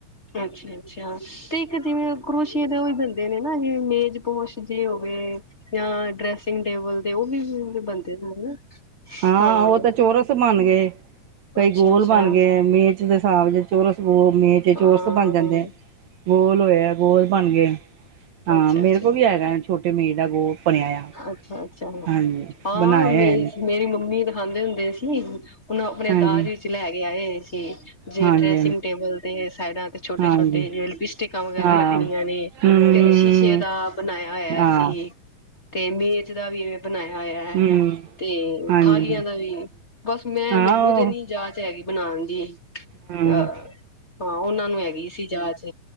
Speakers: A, on the left; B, on the right.
A: ਅੱਛਾ, ਅੱਛਾ, ਤੇ ਇੱਕ ਜਿਵੇ ਕਰੋਸ਼ੀ ਦੇ ਓ ਬ ਬਨਦੇ ਨੇ ਨਾ, ਜਿਵੇ ਮੇਜ ਪੋਸ਼ ਜੇ ਹੋਵੇ ਯਾ ਡਰੈਸਿੰਗ ਟੇਬਲ ਦੇ ਓ ਵੀ ਹੂੰ, ਬਨਦੇ ਨੇ ਨਾ।
B: ਹਾ,
A: ਹਾਂ
B: ਉ ਤਾ ਚੋਰਸ ਬਨ ਗਏ, ਕਈ
A: ਅੱਛਾ-ਅੱਛਾ,
B: ਗੋਲ ਬਨ ਗਏ, ਮੇ ਮੇਜ ਦੇ ਹਿਸਾਬ, ਚੋਰਸ ਵੇ ਮੇਜ ਏ ਚੋਰਸ
A: ਹਾਂ-ਹਾਂ,
B: ਬਨ ਜਾਂਦੇ ਆ। ਗੋਲ ਹੋਇਆ ਗੋਲ ਬਨ ਗਏ, ਹਾਂ
A: ਅੱਛਾ-ਅੱਛਾ,
B: ਮੇਰੇ ਕੋਲ ਵੀ ਹੈਗਾ ਛੋਟੇ ਮੇਜ ਦਾ ਗੋਲ ਬਣਿਆ ਆ
A: ਅੱਛਾ, ਅੱਛਾ।
B: ਹਾਂਜੀ
A: ਹਾਂ,
B: ਬਣਾਏ
A: ਮੇ
B: ਹੋਏ ਨੇ
A: ਮੇਰੀ ਮੰਮੀ ਦਾ ਦਿਖਾਂਦੇ ਹੁੰਦੇ ਸੀ, ਉਹਨੂੰ ਆਪਣੇ
B: ਹਾਂਜੀ
A: ਦਾਜ ਵਿੱਚ ਲੈ ਕੇ ਆਏ ਹੋਏ ਸੀ। ਜੇ
B: ਹਾਂਜੀ
A: ਡਰੈਸਿੰਗ ਟੇਬਲ ਤੇ ਸਾਇਡਾਂ ਤੇ, ਛੋਟੇ
B: ਹਾਂਜੀ
A: ਛੋਟੇ
B: ਹਾਂਜੀ
A: ਜ ਲਿਪਸਟਿਕਾਂ ਵਗੈਰਾ
B: ਹਾਂ
A: ਰੱਖਣੀਆਂ ਨੇ।
B: ਹੂੰ
A: ਫੇਿਰ ਸ਼ੀਸ਼ੇ ਦਾ ਬਣਾਇਆ ਹੋਇਆ
B: ਹਾਂ
A: ਅਸੀਂ। ਤੇ ਮੇਜ ਦਾ ਵੀ ਇਹਵੇਂ ਬਣਾਇਆ ਹੋਇਆ ਹੈ।
B: ਹੂੰ
A: ਤੇ
B: ਹਾਂਜੀ
A: ਥਾਲੀਆਂ ਦਾ ਵੀ, ਬਸ ਮੈਂ
B: ਹਾਂ
A: ਮੈਨੂੰ
B: ਉਹ
A: ਤੇ ਨੀ। ਜਾਚ ਹੈਗੀ ਬਣਾਉਣ ਦੀ,
B: ਹੂੰ
A: ਅਹ ਹਾਂ ਉਹਨਾਂ ਨੂੰ ਹੈਗੀ ਸੀ ਜਾਚ।